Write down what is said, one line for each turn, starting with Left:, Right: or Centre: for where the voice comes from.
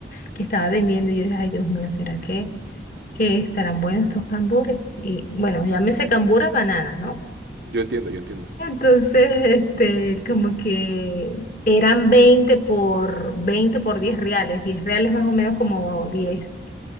Left: que estaba vendiendo y yo dije, ay Dios mío, ¿será que, que estarán buenos estos cambures? Y bueno, llámese cambures bananas, ¿no?
Right: Yo entiendo, yo entiendo.
Left: Entonces, este, como que eran 20 por 20 por 10 reales, 10 reales más o menos como diez